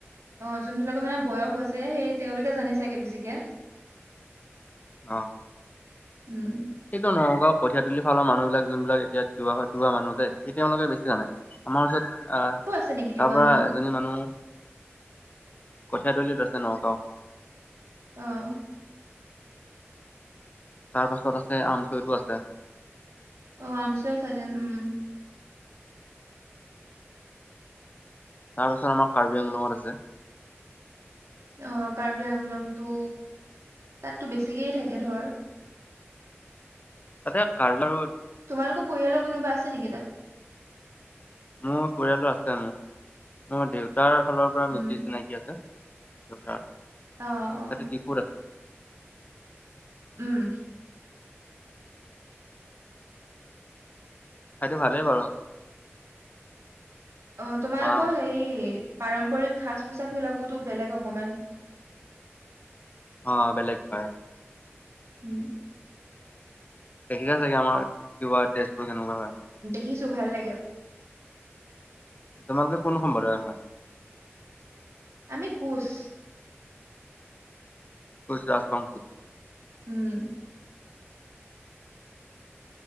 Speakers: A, on the right; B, on the left.
A: অ' যোনবিলাকৰ মানে বয়স হৈছে সেই তেওঁলোকে জানি চাগে বেছিকে।
B: অহ।
A: উম।
B: সেইটো নগাওঁ কঠিয়া তুলি ফালৰ মানুহবিলাক যোনবিলাক তিৱা হয়, তিৱা মানুহ যে, সেই তেওলোকে বেচি জানে আমাৰ ওচৰত আহ
A: ক আছে নেকি তিৱা
B: তাৰ পৰা
A: মানুহ
B: এজনী মানুহ কঠিয়াতলিত আছে নগাঁও।
A: অহ।
B: তাৰপাছত আছে আমচৈটো আছে।
A: অ', আমচই ফালে উম।
B: তাৰপিছত আমাৰ কাৰ্বি আংলঙত আছে।
A: অহ কাৰ্বি আংলংতটো তাততো বেছিকেই থাকে ধৰ।
B: তাতে কাৰো
A: তোমালোকৰ পৰিয়ালৰ কোনোবা আ ছে নেকি তাত?
B: মোৰ পৰিয়ালো আছে মোৰ-মোৰ দেউতাৰ ফালৰ পৰা
A: উম
B: মিতি চিনাকি আছে। <unintelligible> এইটো
A: অ অ
B: ডিফুৰ আছে
A: উম।
B: সেটো ভালে বাৰু।
A: অ তোমালোকৰ
B: মা
A: সেই পাৰম্পৰিক সাজ-পোচাকবিলাকোতো বেলেগ অকমান।
B: অ বেলেগ হয়।
A: উম।
B: দেখিচা চাগে আমাৰ কিবাত ডেজবোৰ কেনেকুৱা হয়।
A: খিছো ভাল লাগে।
B: তোমালোকে কোন সম্প্ৰদায়ৰ হয়?
A: আমি কোচ।
B: কোচ ৰাজবংশী।
A: উম।